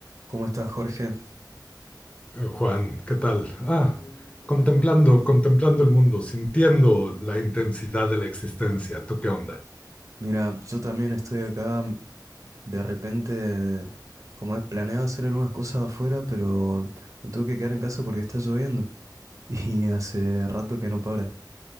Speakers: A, on the right; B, on the left.
A: ¿Cómo estás, Jorge?
B: Eh, Juan, ¿qué tal? Ah, contemplando, contemplando el mundo, sintiendo la intensidad de la existencia. ¿Tú qué onda?
A: Mira, yo también estoy acá. mm, De repente, como es, planeado hacer algunas cosas afuera, pero me tuve que quedar en casa porque está lloviendo. <laughs> Y hace rato que no para.